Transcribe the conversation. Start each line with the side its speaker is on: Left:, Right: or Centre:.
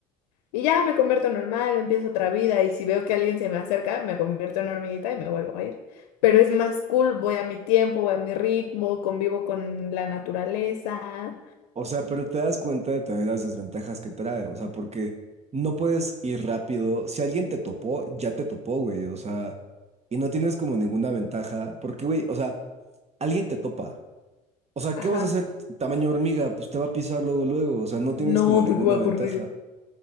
Left: y ya me convierto en normal, empiezo otra vida, y si veo que alguien se me acerca, me convierto en hormiguita y me vuelvo a ir. Pero es más cool, voy a mi tiempo, voy a mi ritmo, convivo con la naturaleza.
Right: O sea, pero te das cuenta de también las desventajas que trae, o sea, porque no puedes ir rápido. Si alguien te topó, ya te topó, güey, o sea, y no tienes como ninguna ventaja, porque, güey, o sea, alguien te topa. O sea,
Left: Ajá.
Right: ¿qué vas a hacer tamaño hormiga? Pues te va a pisar luego, luego, o sea, no tienes
Left: No,
Right: como ninguna
Left: porque voy a
Right: ventaja.
Left: correr.